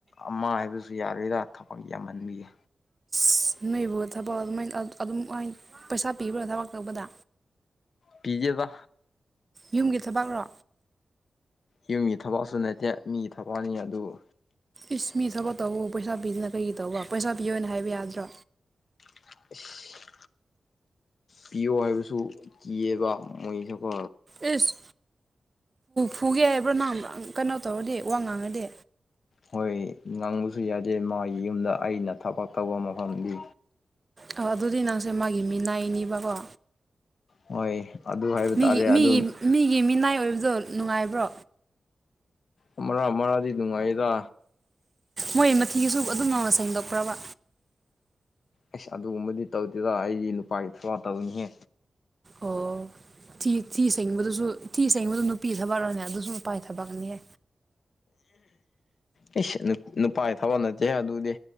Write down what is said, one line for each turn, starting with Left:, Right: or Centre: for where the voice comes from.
Left: ꯑꯃ ꯍꯥꯏꯕꯁꯨ ꯌꯥꯔꯣꯏꯗ ꯊꯕꯛ ꯌꯥꯝꯃꯟꯕꯒꯤ
Right: ꯑꯁ ꯅꯣꯏꯕꯨ ꯊꯕꯛ ꯑꯗꯨꯃꯥꯏꯅ ꯑꯗꯨꯝ ꯄꯩꯁꯥ ꯄꯤꯕ꯭ꯔꯥ ꯊꯕꯛ ꯇꯧꯕꯗ
Left: ꯄꯤꯗꯦꯗ
Right: ꯌꯨꯝꯒꯤ ꯊꯕꯛꯔꯣ
Left: ꯌꯨꯝꯒꯤ ꯊꯕꯛꯁꯨ ꯅꯠꯇꯦ ꯃꯤꯒꯤ ꯊꯕꯛꯅꯤ ꯑꯗꯨꯕꯨ
Right: ꯏꯁ ꯃꯤ ꯊꯕꯛ ꯇꯧꯕꯕꯨ ꯄꯩꯁꯥ ꯄꯤꯗꯅ ꯀꯔꯤꯒꯤ ꯇꯧꯕ ꯄꯩꯁꯥ ꯄꯤꯌꯣꯅ ꯍꯥꯏꯕ ꯌꯥꯗ꯭ꯔꯣ
Left: <unintelligible> ꯄꯤꯌꯣ ꯍꯥꯏꯕꯁꯨ ꯀꯤꯌꯦꯕ ꯃꯣꯏꯁꯦ ꯀꯣ
Right: ꯑꯦꯁ ꯐꯨꯒꯦ ꯍꯥꯏꯕ꯭ꯔꯣ ꯅꯪ ꯀꯩꯅꯣ ꯇꯧꯔꯗꯤ ꯋꯥ ꯉꯥꯡꯉꯗꯤ
Left: ꯍꯣꯏ ꯉꯥꯡꯕꯁꯨ ꯌꯥꯗꯦ ꯃꯥꯒꯤ ꯌꯨꯝꯗ ꯑꯩꯅ ꯊꯕꯛ ꯇꯧꯕ ꯃꯐꯝꯗꯤ
Right: ꯑꯣ ꯑꯗꯨꯗꯤ ꯅꯪꯁꯦ ꯃꯥꯒꯤ ꯃꯤꯅꯥꯏꯅꯦꯕꯀꯣ
Left: ꯍꯣꯏ ꯑꯗꯨ ꯍꯥꯏꯕ ꯇꯥꯔꯦ
Right: ꯃꯤꯒꯤ
Left: ꯑꯗꯨ
Right: ꯃꯤꯒꯤ ꯃꯤꯒꯤ ꯃꯤꯅꯥꯏ ꯑꯣꯏꯕꯗꯣ ꯅꯨꯡꯉꯥꯏꯕ꯭ꯔꯣ
Left: ꯑꯃꯔꯥ ꯑꯃꯔꯥꯗꯤ ꯅꯨꯡꯉꯥꯏꯌꯦꯗ
Right: ꯃꯣꯏ ꯃꯊꯤꯒꯤꯁꯨ ꯑꯗꯨꯝ ꯉꯧꯅ ꯁꯦꯡꯗꯣꯛꯈ꯭ꯔꯕ
Left: ꯑꯦꯁ ꯑꯗꯨꯒꯨꯝꯕꯗꯤ ꯇꯧꯗꯦꯗ ꯑꯩꯗꯤ ꯅꯨꯄꯥꯒꯤ ꯊꯕꯥ ꯇꯧꯅꯤꯍꯦ
Right: ꯑꯣ ꯊꯤ ꯊꯤ ꯁꯦꯡꯕꯗꯨꯁꯨ ꯊꯤ ꯁꯦꯡꯕꯗꯨ ꯅꯨꯄꯤꯒꯤ ꯊꯕꯛꯔꯅꯦ ꯑꯗꯨꯁꯨ ꯅꯨꯄꯥꯥꯏ ꯊꯕꯛꯅꯤꯍꯦ
Left: ꯑꯩꯁ ꯅꯨꯞ ꯅꯨꯄꯥꯒꯤ ꯊꯕꯛ ꯅꯠꯇꯦꯍꯦ ꯑꯗꯨꯗꯤ